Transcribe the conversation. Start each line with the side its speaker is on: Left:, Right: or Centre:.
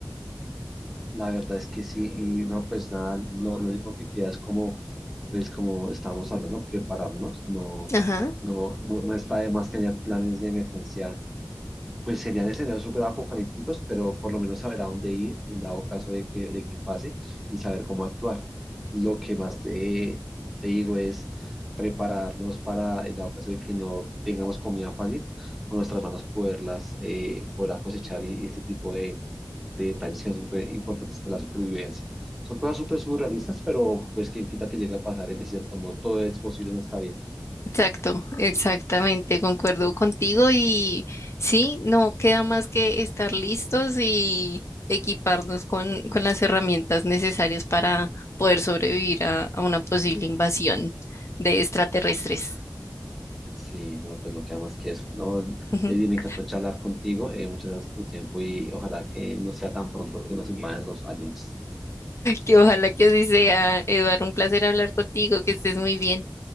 Centre: La verdad es que sí, y no, pues nada, lo, lo único que queda es como, pues como estábamos hablando, prepararnos, no,
Left: Ajá,
Centre: no, no, no está de más tener planes de emergencia pues serían escenarios súper apocalípticos, pero por lo menos saber a dónde ir en dado caso de que, de que pase y saber cómo actuar. Lo que más te, te digo es prepararnos para, en dado caso de que no tengamos comida fácil, con nuestras manos poderlas, eh, poderlas cosechar y, y este tipo de, de detalles que son súper importantes para la supervivencia. Son cosas súper surrealistas, pero pues quien quita que llegue a pasar, es de cierto modo, todo es posible en esta vida.
Left: exacto, exactamente, concuerdo contigo y sí, no queda más que estar listos y equiparnos con, con las herramientas necesarias para poder sobrevivir a, a una posible invasión de extraterrestres.
Centre: Sí, no, pues no queda más que eso. No,
Left: <laughs>
Centre: Lady, me encantó charlar contigo. eh, muchas gracias por tu tiempo y ojalá que no sea tan pronto que nos invadan los aliens.
Left: Que ojalá que así sea, Eduardo, un placer hablar contigo, que estés muy bien.